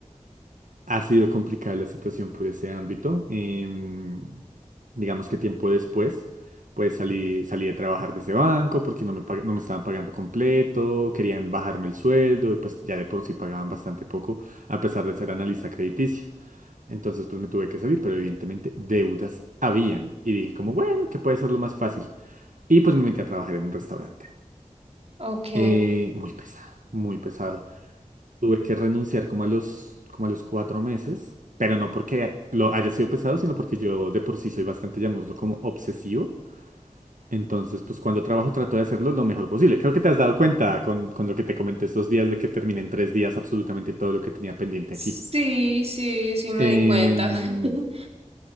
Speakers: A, on the right; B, on the right.
A: ha sido complicada la situación por ese ámbito. Em, digamos que tiempo después, pues salí, salí a trabajar de ese banco porque no me, pag- no me estaban pagando completo, querían bajarme el sueldo y pues ya de por sí pagaban bastante poco a pesar de ser analista crediticio. Entonces pues me tuve que salir, pero evidentemente deudas habían. Y dije como, bueno, que puede ser lo más fácil. Y pues me metí a trabajar en un restaurante.
B: Ok.
A: Eh, muy pesado, muy pesado. Tuve que renunciar como a los, como a los cuatro meses, pero no porque lo haya sido pesado, sino porque yo de por sí soy bastante, llamémoslo como obsesivo. Entonces, pues cuando trabajo trato de hacerlo lo mejor posible. Creo que te has dado cuenta con, con lo que te comenté estos días de que terminé en tres días absolutamente todo lo que tenía pendiente
B: Sí,
A: aquí.
B: sí, sí, me
A: Em,
B: di cuenta. <laughs>